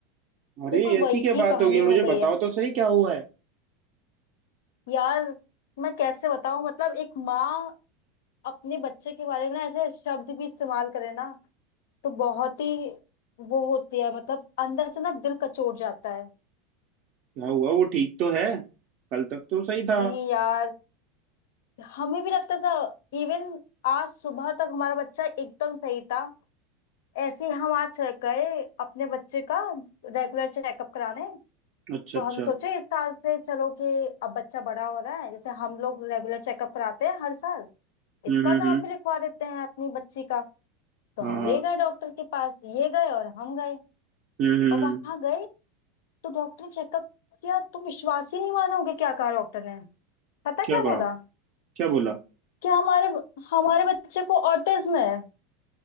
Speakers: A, on the right (about 45°); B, on the left (about 75°).
A: अरे
B: बिल्कुल
A: ऐसी
B: वही
A: क्या बात
B: कहानी
A: हो गई
B: हो
A: मुझे
B: गई
A: बताओ
B: है
A: तो सही क्या हुआ है
B: यार मैं कैसे बताऊं मतलब एक माँ अपने बच्चे के बारे में ना ऐसे शब्द भी इस्तेमाल करे ना तो बहुत ही वो होती है मतलब अंदर से ना दिल कचोट जाता है
A: क्या हुआ वो ठीक तो है कल तक तो सही था
B: नहीं यार हमें भी लगता था इवन आज सुबह तक हमारा बच्चा एकदम सही था ऐसे ही हम आज गए अपने बच्चे का रेगुलर चेकअप कराने
A: अच्छा
B: तो
A: अच्छा
B: हम सोचे इस साल से चलो कि अब बच्चा बड़ा हो रहा है जैसे हम लोग रेगुलर चेकअप कराते हैं हर साल इसका
A: हम्म हम्म
B: नाम
A: हम्म
B: भी लिखवा देते हैं अपनी बच्ची का तो हम
A: हाँ हाँ
B: ले गए डॉक्टर के पास ये गए और हम गए
A: हम्म हम्म
B: और वहां
A: हम्म।
B: गए तो डॉक्टर ने चेकअप किया तुम विश्वास ही नहीं मानोगे क्या कहा डॉक्टर ने पता
A: क्या
B: क्या बोला
A: कहा क्या बोला
B: कि हमारे हमारे बच्चे को ऑटिज्म है